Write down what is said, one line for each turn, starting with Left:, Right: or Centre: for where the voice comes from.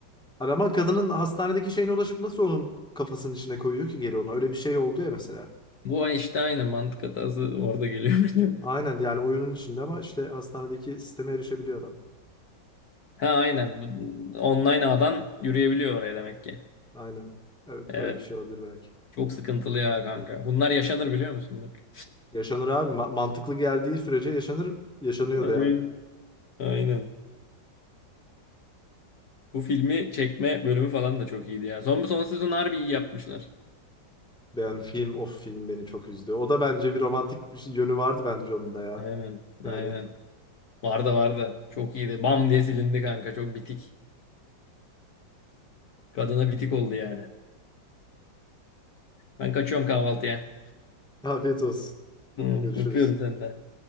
Centre: Hani Ama kadının hastanedeki şeyine ulaşıp nasıl onun kafasının içine koyuyor ki geri onu öyle bir şey oldu ya mesela.
Left: Bu işte aynen mantık hatası orada geliyor <laughs> bence.
Centre: Aynen yani oyunun içinde ama işte hastanedeki sisteme erişebiliyor adam.
Left: Ha aynen. Bu- Online ağdan yürüyebiliyor oraya demek ki.
Centre: Aynen. Evet
Left: Evet.
Centre: öyle bir şey olabilir belki.
Left: Çok sıkıntılı ya kanka. Bunlar yaşanır biliyor musun bak.
Centre: Yaşanır abi Ma- mantıklı geldiği sürece yaşanır yaşanıyor
Left: <laughs> Aynen.
Centre: da yani.
Left: Aynen. Bu filmi çekme bölümü falan da çok iyiydi ya. Son, son sezon harbi iyi yapmışlar.
Centre: Yani film of film beni çok üzdü. O da bence bir romantik bir şey- yönü vardı bence onun da ya.
Left: Aynen.
Centre: Yani
Left: Aynen. Vardı vardı. Çok iyiydi. Bam diye silindi kanka. Çok bitik. Kadına bitik oldu yani. Ben kaçıyorum kahvaltıya.
Centre: afiyet olsun.
Left: Tamam.
Centre: Görüşürüz.
Left: Öpüyorum senden.